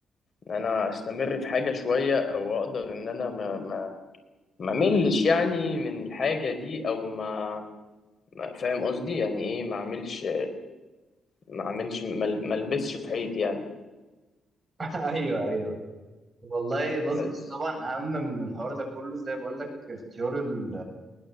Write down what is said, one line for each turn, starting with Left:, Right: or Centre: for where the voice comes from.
Left: ان انا استمر في حاجه شويه او اقدر ان انا ما ما ما ملش يعني من الحاجة دي او ما ما- فاهم قصدي يعني ايه ما اعملش ما اعملش ما ما البسش في حيط يعني
Right: <laughs> ايوه ايوه والله بص
Left: بس
Right: بس طبعا اهم من الحوار ده كله زي ما بقول لك اختيار ال